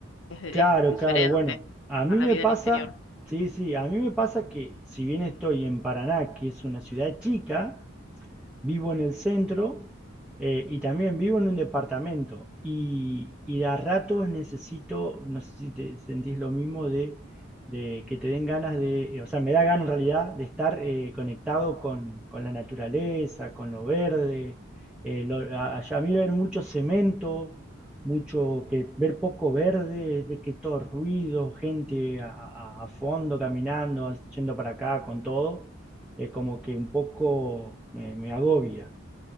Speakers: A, on the left; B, in the centre.
A: es,
B: Claro,
A: es diferente
B: claro. Bueno, a mí
A: a la
B: me
A: vida
B: pasa,
A: en el interior.
B: sí, sí, a mí me pasa que si bien estoy en Paraná, que es una ciudad chica, vivo en el centro eh, y también vivo en un departamento y, y de a ratos necesito, no sé si te sentís lo mismo, de, de que te den ganas de, eh, o sea, me da ganas en realidad de estar eh, conectado con, con la naturaleza, con lo verde. Eh, lo- a, a mí ver mucho cemento, mucho que ver poco verde, ver que todo ruido, gente a, a- a fondo caminando, yendo para acá con todo eh, como que un poco me, me agobia,